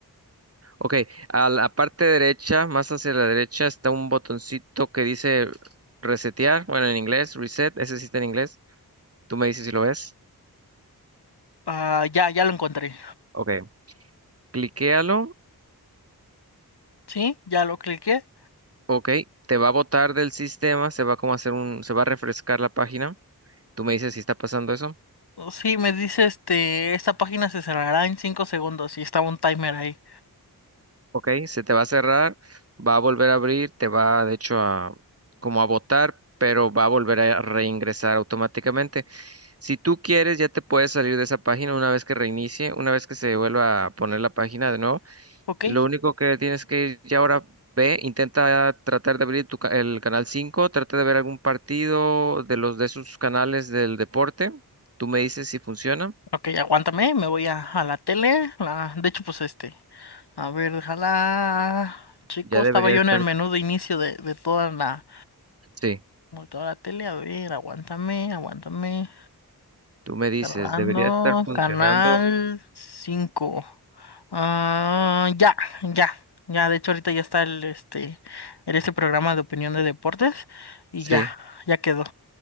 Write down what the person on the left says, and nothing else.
Ah, ya, ya lo encontré,
¿sí? Ya lo cliqué.
Oh, Sí, me dice este, esta página se cerrará en 5 segundos y estaba un timer ahí.
Ok,
Ok, aguántame, me voy a, a la tele. La, de hecho, pues este. A ver, déjala. Chico,
estaba
yo
en el menú de inicio de, de toda la,
de toda la tele. A ver, aguántame, aguántame.
Cerrando,
canal 5. Ah, ya, ya, ya. De hecho, ahorita ya está el este, el, este programa de opinión de deportes. Y ya,
ya quedó.